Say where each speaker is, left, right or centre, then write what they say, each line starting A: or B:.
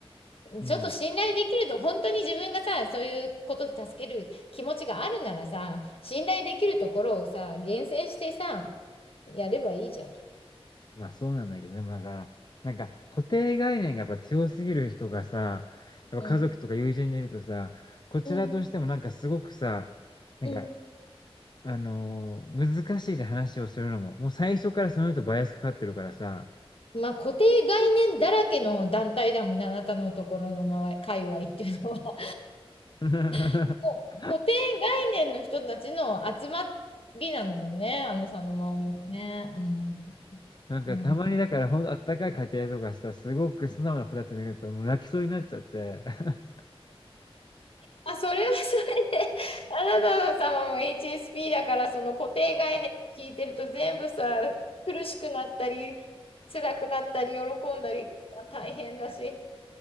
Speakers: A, on the left; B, on the left.
A: うん。
B: ちょっと信頼できると、本当に自分がさ、そういうことで助ける気持ちがあるならさ、信頼できるところをさ、厳選してさ、やればいいじゃん。
A: まあそうなんだけど、でもだから、なんか固定概念がやっぱ強すぎる人がさ、やっぱ家族とか友人にいるとさ、
B: うん、
A: こちらとしてもなんかすごくさ、
B: うん、
A: なんか、
B: うん。
A: あのー難しいじゃん話をするのも。もう最初からその人バイアスかかってるからさ。
B: まあ固定概念だらけの団体だもんね、あなたのところの周り、界隈っていうのは。
A: <laughs>
B: <laughs> もう固定概念の人たちの集まりなのよね、あのさんの周りはね。うん。
A: なんかたまにだからほんとあったかい家庭とかさ、
B: まあ
A: すごく素直な子たち見るともう泣きそうになっちゃって。<laughs>
B: あ、それはそれで、あなた様も HSP だから、その固定概念を聞いてると全部さ、苦しくなったり、辛くなったり、喜んだり、大変だし。